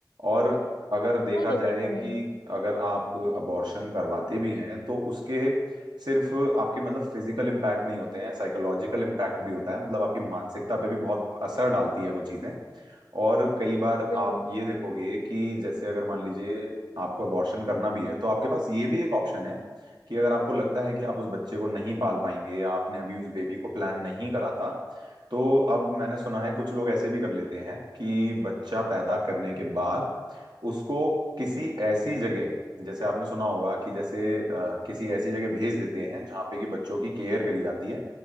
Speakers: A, on the right; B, on the left.
A: और अगर देखा
B: नहीं नहीं
A: जाए
B: बिल्कुल
A: कि
B: नहीं होगा
A: अगर आप अबॉर्शन करवाते भी हैं तो उसके सिर्फ आपके मतलब फिजिकल इम्पैक्ट नहीं होते हैं साइकोलॉजिकल इम्पैक्ट भी होता है मतलब आपकी मानसिकता पे भी बहुत असर डालती है वो चीजें और कई बार
B: बिल्कुल
A: आप ये देखोगे कि जैसे अगर मान लीजिए आपको अबॉर्शन करना भी है तो आपके पास ये भी एक ऑप्शन है कि अगर आपको लगता है कि आप उस बच्चे को नहीं पाल पाएंगे आपने अभी उस बेबी को प्लान नहीं करा था तो अब मैंने सुना है कुछ लोग ऐसे भी कर लेते हैं कि बच्चा पैदा करने के बाद उसको किसी ऐसी जगह जैसे आपने सुना होगा कि जैसे अ, किसी ऐसी जगह भेज देते हैं जहाँ पे कि बच्चों की केयर करी जाती है